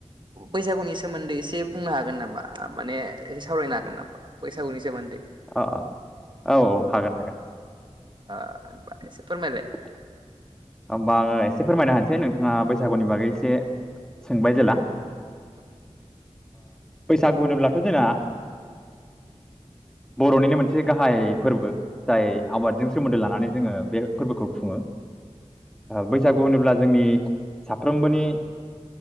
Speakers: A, on the right (about 40°); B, in the centre.
A: बैसागुनि सोमोन्दै एसे बुंनो हागोन नामा माने सावरायनो हागोन नामा बैसागुनि सोमोन्दै
B: औ औ औ औ हागोन हागोन।
A: ओ होनबा एसे फोरमायलाय
B: <inaudible> होमबा आंङो एसे फोरमायनो होनसै नोंथांनो नोंथाङा बैसागुनि बागै एसे सोंबाय जेला
A: औ
B: बैसागु होनोब्लाथ जोंना बरनिनो मोनसे गाहाय फोरबो जाय आबादजों सोमोन्दो लानानै जोंङो बे फोरबोखौ खुंङो।
A: <inaudible>
B: बैसागु होनोब्ला जोंनि साफ्रोमबोनि